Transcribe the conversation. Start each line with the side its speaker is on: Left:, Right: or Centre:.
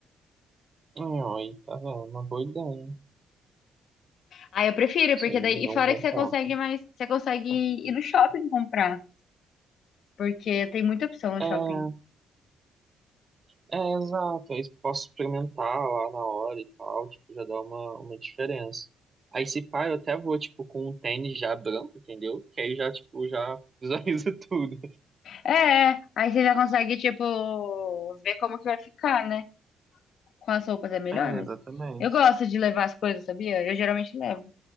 Right: hum, aí, tá vendo? Uma boa ideia, hein?
Left: Ah, eu prefiro,
Right: Você
Left: porque
Right: me
Left: daí.
Right: deu
Left: E fora
Right: um bom
Left: que você
Right: ponto.
Left: consegue mais. Você consegue ir no shopping comprar. Porque tem muita opção no
Right: É,
Left: shopping.
Right: É, exato. Aí posso experimentar lá na hora e tal, tipo, já dá uma, uma diferença. Aí se pá, eu até vou, tipo, com um tênis já branco, entendeu? Que aí já, tipo, já visualiza <laughs> tudo.
Left: É, aí você já consegue, tipo, ver como que vai ficar, né? Com as roupas é melhor
Right: É,
Left: mas
Right: exatamente.
Left: Eu gosto de levar as coisas, sabia? Eu geralmente levo.